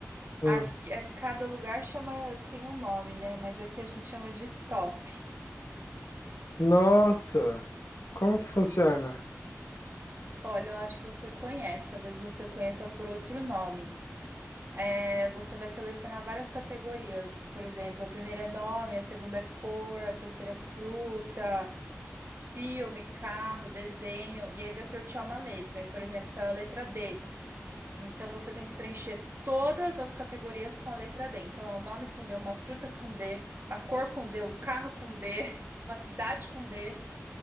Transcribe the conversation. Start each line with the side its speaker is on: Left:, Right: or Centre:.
Left: Hum.
Right: Aqui, é, cada lugar chama, tem um nome, né? Mas aqui a gente chama de stop.
Left: Nossa, como que funciona?
Right: Olha, eu acho que você conhece, talvez você conheça por outro nome. É, você vai selecionar várias categorias. Por exemplo, a primeira é nome, a segunda é cor, a terceira é fruta, filme, carro, desenho. E aí vai sortear uma letra. Aí, por exemplo, se é a letra D. Então você tem que preencher todas as categorias com a letra D. Então é um nome com D, uma fruta com D, uma cor com D, um carro com D, <laughs> uma cidade com D.